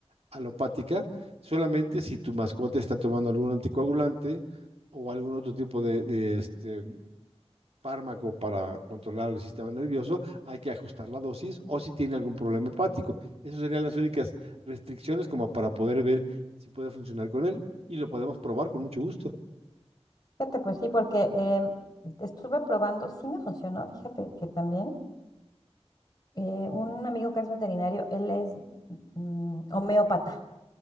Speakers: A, on the right; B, on the left.
A: alopática, solamente si tu mascota está tomando algún anticoagulante o algún otro tipo de, de, este, fármaco para controlar el sistema nervioso, hay que ajustar la dosis o si tiene algún problema hepático. Esas serían las únicas restricciones como para poder ver si puede funcionar con él y lo podemos probar con mucho gusto.
B: Fíjate, pues sí, porque em, estuve probando, sí me funcionó, fíjate que también eh, un amigo que es veterinario, él es mm, homeópata,